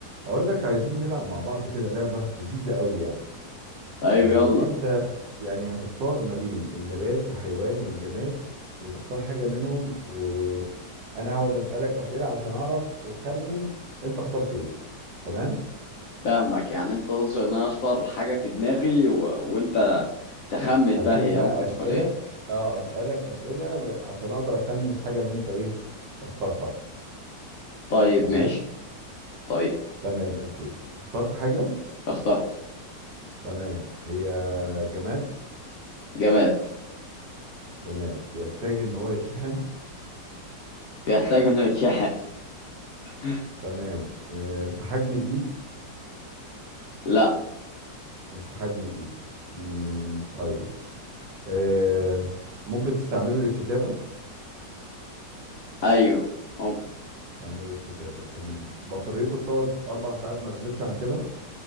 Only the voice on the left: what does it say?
طيب
يلا
فاهمك يعني انت تقصد ان انا اختار حاجة في دماغي و... وانت تخمن
بقى هي
ممكن
تكون ايه
طيب
ماشي طيب
اخترت
جماد
بيحتاج انه يتشحن <laughs>
لا
ايوه ممكن